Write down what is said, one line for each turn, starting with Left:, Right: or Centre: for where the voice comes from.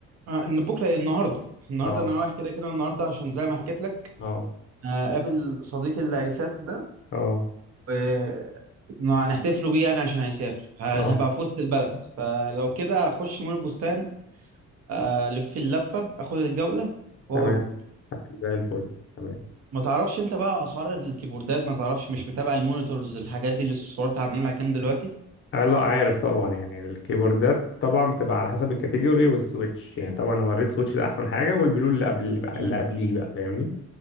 Right: آه، ان بكره إيه؟ النهارده النهارده
Left: اه
Right: انا رايح كده كده النهارده عشان زي ما حكيت لك
Left: اه
Right: آه، قابل صديقي اللي هيسافر
Left: اه
Right: ده ما هنحتفلوا بيه يعني عشان هيسافر هنبقى
Left: اه
Right: في وسط البلد فلو كده هخش مول البستان الف اللفه اخد الجوله واقول
Left: تمام
Right: لك.
Left: زي الفل تمام
Right: ما تعرفش انت بقى اسعار الكيبوردات ما تعرفش مش متابع المونيتورز الحاجات دي اللي السعرات عاملين لها كام دلوقتي
Left: آه لا عارف طبعا يعني الكيبوردات طبعا بتبقى على حسب الكاتيجوري والسويتش يعني طبعا هو الريد سويتش ده احسن حاجه والبلو اللي قبل اللي بقى-
Right: مم.
Left: اللي قبليه بقى فاهمني